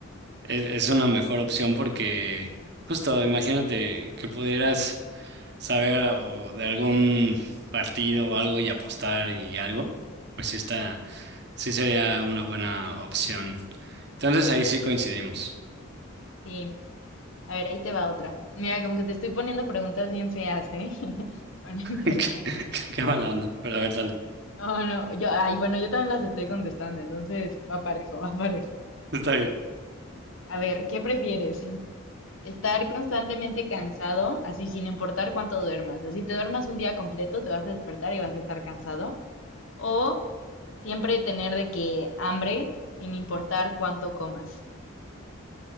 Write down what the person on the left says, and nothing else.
Sí. A ver, ahí te va otra. Mira, como que te estoy poniendo preguntas bien feas, ¿eh? <laughs> Pero no importa.
No, no, yo, ay, bueno, yo también las estoy contestando, entonces va parejo, va parejo.
A ver, ¿qué prefieres? ¿Estar constantemente cansado, así sin importar cuánto duermas? Así te duermas un día completo, te vas a despertar y vas a estar cansado. ¿O siempre tener de que hambre, sin importar cuánto comas?